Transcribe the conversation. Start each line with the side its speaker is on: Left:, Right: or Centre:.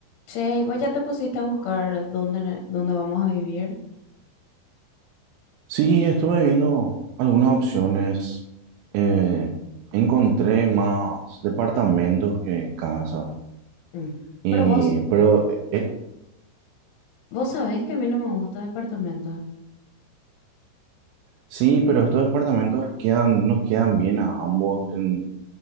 Left: Che, ¿y vos ya te pusiste a buscar dónde, ne- dónde vamos a vivir.
Right: Sí, estuve viendo algunas opciones. eh, encontré más departamentos que casas.
Left: Mm.
Right: Y,
Left: Pero vos,
Right: pero, eh, eh,
Left: vos sabés que a mí no me gusta departamento.
Right: sí, pero estos departamentos quedan, nos quedan bien a ambos en,